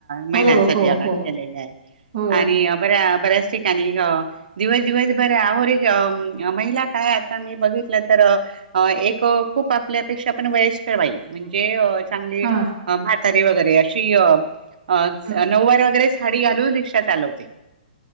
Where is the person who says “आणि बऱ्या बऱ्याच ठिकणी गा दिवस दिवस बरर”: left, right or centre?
Right